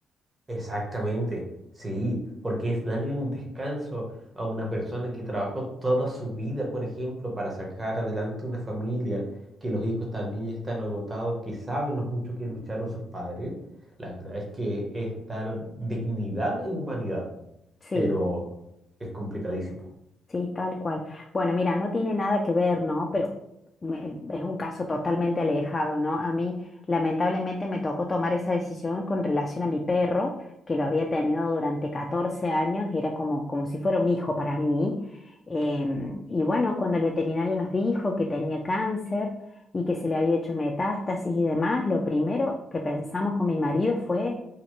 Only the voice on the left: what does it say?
Sí.
Sí, tal cual. Bueno, mira, no tiene nada que ver, ¿no? Pero me- es un caso totalmente alejado, ¿no? A mí, lamentablemente, me tocó tomar esa decisión con relación a mi perro, que lo había tenido durante 14 años, y era como, como si fuera un hijo para mí. Em, y bueno, cuando el veterinario nos dijo que tenía cáncer y que se le había hecho metástasis y demás, lo primero que pensamos con mi marido fue...